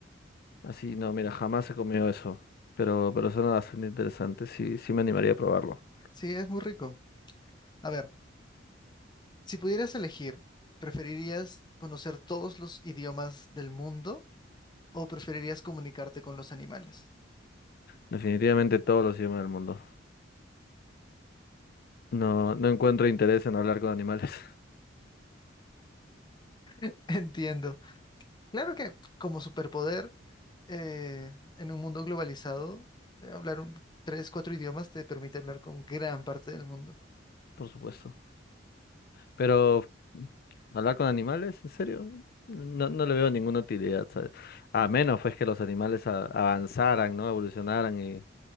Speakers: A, on the left; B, on the left.
A: Así, no, mira, jamás he comido eso. Pero, pero suena bastante interesante. Sí, sí me animaría a probarlo.
B: Sí, es muy rico. A ver, si pudieras elegir, ¿preferirías conocer todos los idiomas del mundo o preferirías comunicarte con los animales?
A: Definitivamente todos los idiomas del mundo. No, no encuentro interés en hablar con animales, <laughs>
B: <laughs> Entiendo. Claro que como superpoder, eh, en un mundo globalizado, eh, hablar un- tres, cuatro idiomas te permite hablar con gran parte del mundo.
A: por supuesto. Pero, ¿hablar con animales? ¿En serio? No, no le veo ninguna utilidad, ¿sabes? A menos pues que los animales a- avanzaran, ¿no? Evolucionaran y,